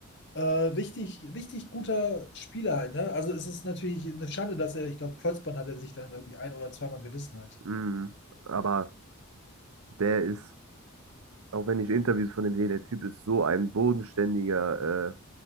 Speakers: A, on the left; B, on the right.
A: äh, richtig, richtig guter Spieler halt, ne? Also es ist natürlich eine Schade, dass er, ich glaube, Kreuzband hat er sich dann irgendwie ein oder zweimal gerissen halt.
B: mh. Aber der ist, auch wenn ich Interviews von dem sehe, der Typ ist so ein bodenständiger